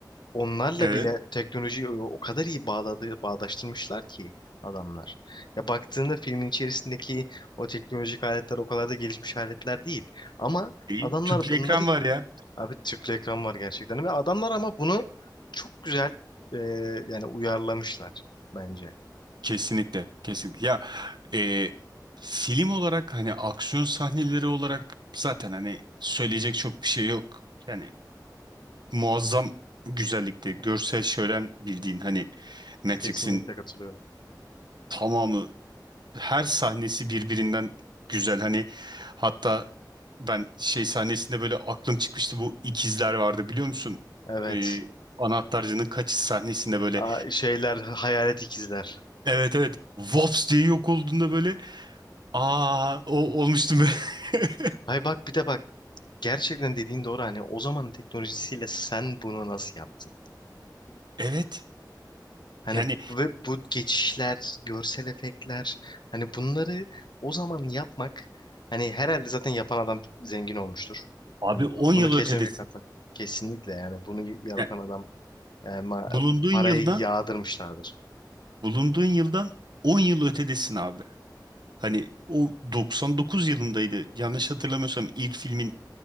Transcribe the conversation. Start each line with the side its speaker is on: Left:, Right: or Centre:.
Left: onlarla
Right: Evet
Left: bile teknolojiyi o o kadar iyi bağladı, bağdaştırmışlar ki adamlar. Ya baktığında filmin içerisindeki o teknolojik aletler o kadar da gelişmiş aletler değil. Ama
Right: değil.
Left: adamlar
Right: Tüplü
Left: bunları
Right: ekran var ya.
Left: abi tüplü ekran var gerçekten ve adamlar ama bunu çok güzel e, yani uyarlamışlar bence.
Right: Kesinlikle. Kesinlikle. Ya e, film olarak hani aksiyon sahneleri olarak zaten hani söyleyecek çok bir şey yok. Yani muazzam güzellikte görsel şölen bildiğin hani Matrix'in
Left: Kesinlikle katılıyorum.
Right: tamamı her sahnesi birbirinden güzel hani hatta ben şey sahnesinde böyle aklım çıkmıştı bu ikizler vardı biliyor musun?
Left: Evet.
Right: Ee, anahtarcının kaçış sahnesinde böyle
Left: A- şeyler hayalet ikizler.
Right: evet evet Vops diye yok olduğunda böyle aa o olmuştum böyle. <laughs>
Left: Hay bak bir de bak gerçekten dediğin doğru hani o zamanın teknolojisiyle sen bunu nasıl yaptın?
Right: Evet
Left: Hani
Right: yani
Left: bu- ve bu geçişler, görsel efektler hani bunları o zaman yapmak hani herhalde zaten yapan adam zengin olmuştur.
Right: abi
Left: Hani
Right: on
Left: bu-
Right: yıl
Left: bunu kesinlikle
Right: ötedesin.
Left: katla. Kesinlikle yani bunu yaratan
Right: Yani
Left: adam e, ma-
Right: bulunduğun
Left: parayı
Right: yıldan
Left: yağdırmışlardır.
Right: bulunduğun yıldan 10 yıl ötedesin abi. Hani o 99 yılındaydı. Yanlış hatırlamıyorsam ilk filmin